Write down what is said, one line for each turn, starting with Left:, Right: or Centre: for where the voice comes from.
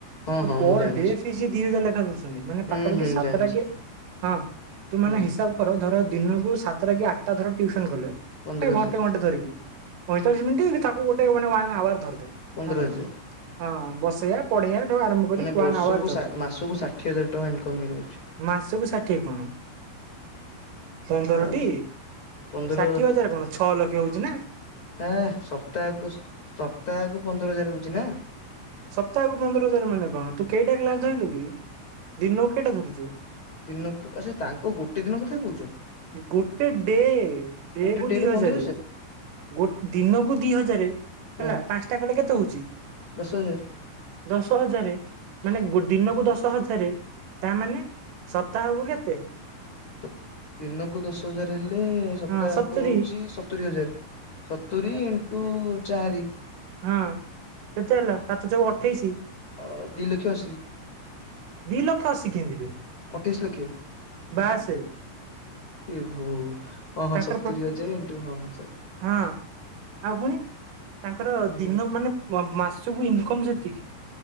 Left: ହଁ ହଁ
Right: ପର୍
Left: ମୁଁ ଜାଣିଛି
Right: ଡେ ଫିସ୍ ଦି ହଜାର ଲେଖା ଦ ଚନ୍ତି, ମାନେ
Left: ହୁଁ
Right: ପାଖାପାଖି
Left: ହୁଁ
Right: ସାତଟା
Left: ଜାଣିଛି
Right: କି ହଁ ତୁ ମାନେ
Left: ହୁଁ।
Right: ହିସାବ ଧର ଦିନକୁ ସାତଟା କି ଆଟଟା ଧର ଟଟିୁସନ କଲେ
Left: ପନ୍ଦର
Right: ଘଣ୍ଟେ
Left: ହଜାର
Right: ଘଣ୍ଟେ ଧରିକି। ପଇଁଚାଳିଶ ମିନିଟ୍ ତାକୁ ଗୋଟେ ମାନେ ୱାନ୍ ଆୱାର ଧରିଦେ
Left: ପନ୍ଦର
Right: ହେଲା
Left: ହଜାର
Right: ହଁ ବସେଇଆ ପଢେଇଆ ଠାରୁ ଆରମ୍ଭ କରି
Left: ମାନେ
Right: ୱାନ୍
Left: ବର୍ଷକୁ
Right: ଆୱାର ଧରିଦେ
Left: ମାସକୁ ଷାଠିଏ ହଜାର ଟଙ୍କା ଇନକମ୍ ହେଇଯାଉଛି।
Right: ମାସକୁ ଷାଠିଏ କଣ। ପନ୍ଦରଟି
Left: ଆଉ ପନ୍ଦର
Right: ଷାଠିଏ ହଜାର କଣ ଛଅ ଲକ୍ଷ ହଉଛି ନା।
Left: ଏ ସପ୍ତାହକୁ ସପ୍ତାହକୁ ପନ୍ଦର ହଜାର ହୋଉଚି ନା।
Right: ସପ୍ତାହକୁ ପନ୍ଦର ହଜାର ମାନେ କଣ ତୁ କେଇଟା କ୍ଲାସ ଧଇଲୁ କି ଦିନକୁ କେଇଟା ଧରୁଛୁ?
Left: ଦିନକୁ ଆଚ୍ଛା ତାଙ୍କ ଗୋଟେ ଦିନ କଥା କହୁଛ।
Right: ଗୋଟେ ଡେ ଡେ
Left: ଗୋଟେ
Right: କୁ
Left: ଡେରେ
Right: ଦି ହଜାର।
Left: ପନ୍ଦର
Right: ଗୋ ଦିନକୁ ଦି ହଜାର
Left: ହଁ
Right: ହେଲା ପାଞ୍ଚଟା କଲେ କେତେ ହଉଛି।
Left: ଦଶ ହଜାର।
Right: ଦଶ ହଜାର, ମାନେ ଦିନକୁ ଦଶ ହଜାର ତା ମାନେ ସପ୍ତାହକୁ କେତେ?
Left: ସ ଦିନକୁ ଦଶ ହଜାର ହେଲେ ସ
Right: ହଁ ସତୁରି
Left: ହକୁ ହଉଛି ସତୁରି ହଜାର, ସତୁରି ଇଣ୍ଟୁ ଚାରି।
Right: ହଁ କେତେ ହେଲା ସାତଚୋକ ଅଠେଇଶି।
Left: ଅ ଦି ଲକ୍ଷ ଅଶୀ।
Right: ଦି ଲକ୍ଷ ଅସି କେଏଁତି ବେ?
Left: ଅଠେଇଶ ଲକ୍ଷ,
Right: ବାସେ
Left: ଏଭୋ। ହଁ ହଁ
Right: ତାଙ୍କର
Left: ସତୁରି
Right: ପ୍ରତି
Left: ହଜାର ଇଣ୍ଟୁ ହଁ ହଁ ସରି।
Right: ହଁ ଆଉ ପୁଣି ତାଙ୍କର
Left: ହୁଁ
Right: ଦିନ ମାନେ ମାସ ସବୁ ଇନକମ୍ ସେତିକି।